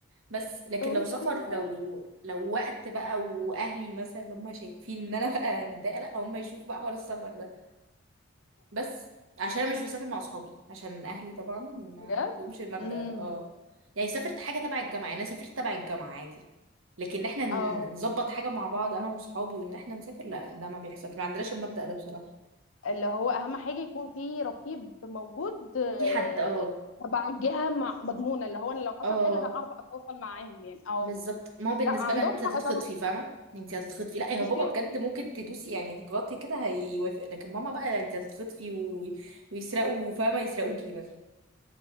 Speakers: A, on the right; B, on the left.
A: بس لكن
B: اوكي
A: لو سفر لو لو وقت بقى واهلي مثلا اللي هم شايفين ان انا بقى متضايقه لا هم يشوفوا بقى حوار السفر ده بس عشان انا مش بسافر مع اصحابي عشان اهلي طبعا ما
B: بجد
A: عندهمش المبدأ
B: امم
A: ده اه يعني سافرت حاجه تبع الجامعه يعني انا سافرت تبع الجامعه عادي لكن احنا ن-
B: اه
A: نظبط حاجه مع بعض انا واصحابي وان احنا نسافر لا ده ما بيحصلش ما عندناش المبدأ ده بصراحه
B: اللي هو اهم حاجه يكون في رقيب موجود آه،
A: في حد اه
B: آه، تبع الجهه مع- مضمونه اللي هو أنا لو حصل
A: اه
B: حاجه انا اعرف اتواصل معاهم يعني اه
A: بالظبط ما هو بالنسبه
B: لا عندهم
A: لها ان انت
B: حق
A: هتتخطفي
B: طبعا
A: فاهمه انت هتتخطفي لا
B: بصي
A: هو بابا بجد ممكن تدوسي يعني تتغطي كده هيوافق لكن ماما بقى انت هتتخطفي و... ويسرقوا فاهمه يسرقوكي مثلا